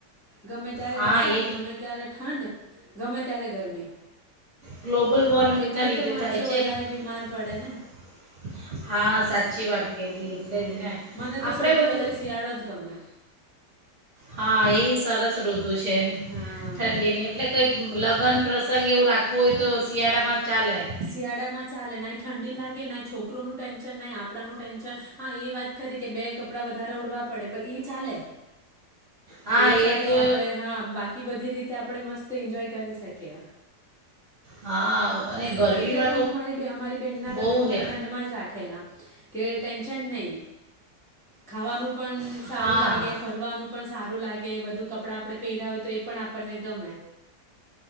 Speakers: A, in the centre; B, on the right (about 45°).
A: ગમે ત્યારે
B: હા
A: વરસાદ.
B: એ
A: ગમે ત્યારે ઠંડ ગમે ત્યારે ગરમી
B: ગ્લોબલ વોર્મિંગ
A: એટલે
B: ના
A: જ
B: લીધે
A: તો માણસો
B: થાય છે.
A: વધારે બીમાર પડે
B: <inaudible>
A: ને
B: હા સાચી વાત
A: હમ
B: કીધી એટલે જ ને,
A: મને તો
B: આપડે
A: સૌથી
B: બધું
A: વધારે શિયાળો જ ગમે
B: હા એ સરાસ રોત <inaudible> ઋતુ છે.
A: હા
B: ઠંડીની એટલે કંઈક લગન પ્રસંગ એવુ કોઈ તો, શિયાળામાં ચાલે.
A: શિયાળા માં ચાલે. ના ઠંડી લાગે, ના છોકરોનું ટેન્શન, ના આપણાનું ટેન્શન. હા એ વાત કરી કે, બે કપડાં વધારે ઓડવા પડે પણ એ ચાલે.
B: હા
A: એ ચાલે
B: તો
A: આપડે હા બાકી કે બધી રીતે આપણે મસ્ત તે એન્જોય કરી શકીએ.
B: હા અને
A: હમ
B: ગરમીમાં
A: એટલે તો, હું મારી મારી બેહેન ના
B: બહુ
A: લગ્ન પણ
B: હે
A: ઠંડમાં જ રાખેલા કે ટેન્શન નહી. ખાવાનું પણ સારું
B: હા
A: લાગે, ફરવાનું પણ સારું લાગે, બધું કપડા આપડે પહેર હોય તો એ પણ, આપણને ગમે.